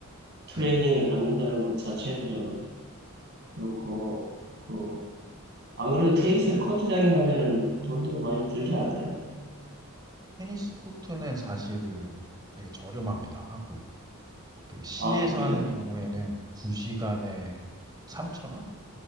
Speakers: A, on the right; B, on the right.
A: 트레이닝을
B: 네.
A: 받는다는 것 자체도 좀 그렇고, 그 안 그래도 테니스 코트장에 가면은 돈도 많이 들지 않나요?
B: 테니스 코트는 사실은 되게 저렴합니다. 한국은. 그 C에서
A: 아, 그래요?
B: 하는 경우에는 2시간에 3천 원?